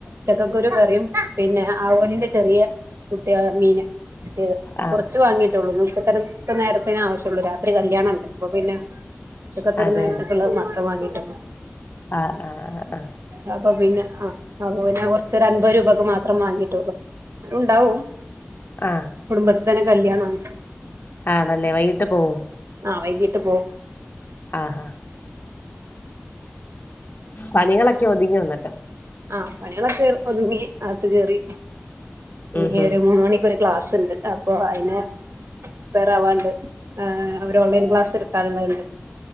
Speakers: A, on the right; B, on the left.
A: ചക്കക്കുരു കറിയും പിന്നെ ആവോലിന്റെ ചെറിയ കുട്ടികളാ മീന് കിട്ടിയത്
B: ആ
A: കുറച്ച് വാങ്ങീട്ടുള്ളൂ ഉച്ചക്കത്ത നേരത്തിന ആവശ്യള്ളു രാത്രി കല്യാണം ഉണ്ട് അപ്പൊ പിന്നെ ഉച്ചക്കത്ത
B: അത്
A: ഒരു നേരത്തേക്കുള്ള മാത്രം വാങ്ങീട്ടള്ളു
B: ആഹ് ആഹ് ആഹ് ആഹ്
A: അപ്പൊ പിന്നെ ആഹ് അപ്പൊ പിന്നെ കുറച്ചൊ അൻപത് രൂപക്കെ മാത്രം വാങ്ങീട്ടുള്ളു അതു ഉണ്ടാവും
B: ആഹ്
A: കുടുംബത്തിൽ തന്നെ കല്യാണാണ്
B: ആണല്ലേ വൈകിട്ട് പോവും
A: ആഹ് വൈകിട്ട് പോവും
B: ആഹ് ആഹാ പണികളൊക്കെ ഒതുങ്ങിയോ എന്നിട്ട്
A: ആഹ് പണികളൊക്കെ ഒതുങ്ങി ആത്ത് കേറി ഇനി
B: ഉം ഹും
A: ഒരു മൂന്ന് മണിക്കൊരു ഒ ക്ലാസ്ണ്ട് അപ്പൊ അയിന് പ്രിപ്പേർ ആവാണ്ട് ആഹ് അവര് ഓൺലൈൻ ക്ലാസ് എടുക്കാനുള്ളണ്ട്